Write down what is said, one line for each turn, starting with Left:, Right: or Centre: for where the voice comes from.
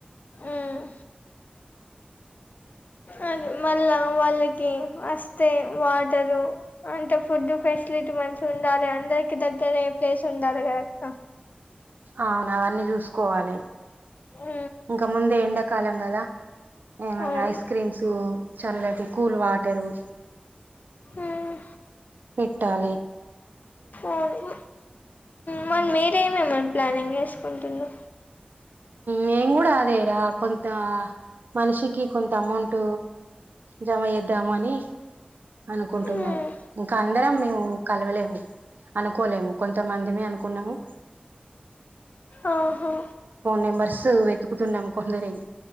Left: ఉమ్ అది మళ్ళా వాళ్ళకి వస్తే వాటరు అంటే ఫుడ్ ఫెసిలిటీ మంచి ఉండాలి అందరికి దగ్గర ప్లేస్ ఉండాలి కదక్కా
Right: అవును అవన్నీ చూసుకోవాలి‌
Left: ఊ
Right: ఇంక ముందు ఎండ కాలం కదా ఏమైనా
Left: అవును
Right: ఐస్ క్రీమ్స్ చల్లటి కూల్ వాటరు
Left: ఉమ్
Right: ఇట్టాలి
Left: ఓనుగు మ
Right: ఉమ్
Left: మీరేమేమని ప్లానింగ్ చేసుకుంటున్నా
Right: మేము కూడా అదేరా కొంత మనిషికి కొంత అమౌంట్ జమ చేద్ధామని అనుకుంటున్నాం
Left: మ్మ్
Right: ఇంకా అందరం మేము కలవలేము అనుకోలేము కొంతమందిమే అనుకున్నాము
Left: ఆహా
Right: నెంబర్సు వెతుకుతున్నాం కొందరి వి